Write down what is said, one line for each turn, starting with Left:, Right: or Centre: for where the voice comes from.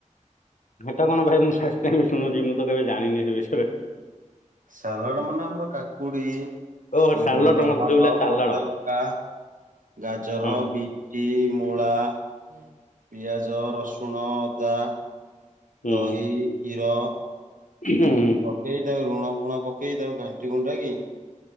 Left: ହେଟା କଣ ଭାଇ ମୁଁ ଫାଷ୍ଟ ଟାଇମି ଶୁଣୁଚି ମୁଁ ତ କେବେ ଜାଣିନି ସେ ବିଷୟରେ।
Right: ସାଲାଡ ମାନେ ଆମର କାକୁଡି ଉଁ
Left: ଓହୋ ସାଲଟ
Right: ଟମାଟୋ,
Left: ମତେ ଶୁଭିଲା ତାଲାଡ
Right: କଞ୍ଚା ଲଙ୍କା, ଗାଜର,
Left: ହଁ ହଁ
Right: ବିଟି ମୂଳା, ପିଆଜ, ରସୁଣ, ଅଦା।
Left: ହୁଁ
Right: ଦହି, କ୍ଷୀର।
Left: ହୁଁ ହୁଁ।
Right: ପକେଇ ତାକୁ ଲୁଣ ଫୁଣ ପକେଇ ତାକୁ ଘାଣ୍ଟି ଘୁଣ୍ଟାକି